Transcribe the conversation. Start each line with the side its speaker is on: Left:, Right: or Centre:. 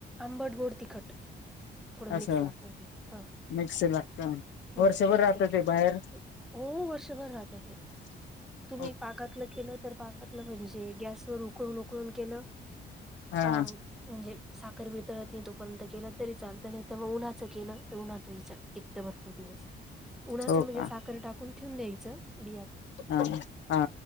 Centre: आंबट, गोड, तिखट. थोड मिक्स
Left: असं
Centre: लागत ते हा
Left: मिक्स लागतं
Centre: हम्
Left: वर्षभर
Centre: मिक्स
Left: राहत
Centre: लागत.
Left: ते बाहेर
Centre: हो वर्षभर राहत ते.
Left: <unintelligible>
Centre: तुम्ही पाकातल केल तर पाकातल म्हणजे गॅसवर उप उकळून उकळून केल
Left: हा
Centre: पा म्हणजे साखर वितळत नाही तोपर्यंत केला तरी चालत. नाही तर मग उन्हाच केल तर उन्हाचही टिकत भरपूर दिवस. उन्हाच
Left: हो
Centre: म्हणजे
Left: का
Centre: साखर टाकून ठेवून द्यायच बि
Left: हा हा.